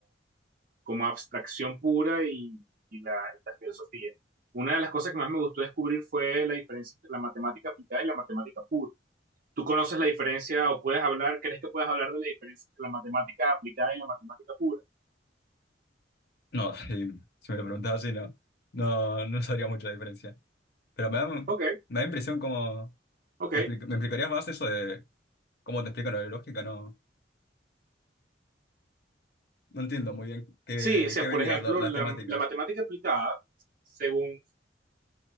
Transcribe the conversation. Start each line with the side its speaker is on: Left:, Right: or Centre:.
Right: como abstracción pura y, y la, la filosofía. Una de las cosas que más me gustó descubrir fue la diferencia entre la matemática aplicada y la matemática pura. ¿Tú conoces la diferencia o puedes hablar, crees que puedes hablar de la diferencia entre la matemática aplicada y la matemática pura?
Left: No, <laughs> si, si me lo preguntabas así, no, no, no sabría mucho la diferencia. Pero me da, me
Right: Ok,
Left: da impresión como...
Right: ok.
Left: ¿Me, expli- me explicarías más eso de cómo te explican lo de lógica? No, no entiendo muy bien qué,
Right: Sí, o sea,
Left: qué verías,
Right: por ejemplo,
Left: la- las
Right: la,
Left: temáticas.
Right: la matemática aplicada, según,